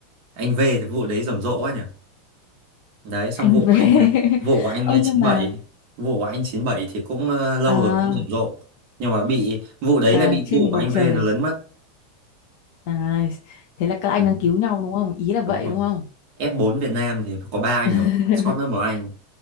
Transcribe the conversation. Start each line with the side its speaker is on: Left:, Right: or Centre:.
Right: anh V thì vụ đấy rầm rộ quá nhỉ. Đấy, xong
Left: anh
Right: vụ
Left: về
Right: của
Left: <laughs>
Right: anh vụ của anh
Left: ơ
Right: ờ, chín
Left: nhưng mà
Right: bảy vụ của anh chín bảy thì cũng ờ, lâu
Left: à,
Right: rồi cũng rầm rộ. Nhưng mà bị vụ đấy
Left: à,
Right: là bị
Left: trên
Right: vụ của
Left: bầu
Right: anh
Left: trời
Right: V nó lấn mất.
Left: à, thế là các anh
Right: Đấy,
Left: đang cứu nhau đúng không ý là vậy
Right: Đúng rồi.
Left: đúng không
Right: F4 Việt Nam thì có ba anh
Left: <laughs>
Right: rồi sót mất một anh